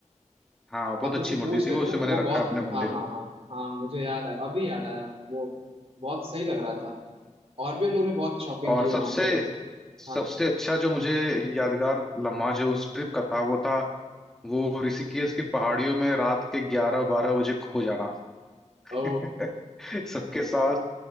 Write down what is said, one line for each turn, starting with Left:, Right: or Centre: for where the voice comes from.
Centre: हाँ बहुत
Right: आप मुझसे
Centre: अच्छी मूर्ति
Right: पूछ
Centre: थी
Right: रहे
Centre: वो
Right: थे
Centre: उसे
Right: ना वो
Centre: मैंने रखा
Right: बहुत
Centre: है अपने
Right: हाँ
Centre: मंदिर
Right: हाँ
Centre: में
Right: हाँ हाँ मुझे याद आया अभी याद आया वो बहुत सही लग रहा था और भी हम लोगों ने बहुत शॉपिंग
Centre: और
Right: की वहां
Centre: सबसे
Right: पे
Centre: सबसे
Right: हाँ
Centre: अच्छा जो मुझे यादगार लम्हा जो उस ट्रिप का था वो था वो ऋषिकेश की पहाड़ियों में रात के ग्यारह बारह बजे खो जाना
Right: ओ
Centre: <laughs> सबके साथ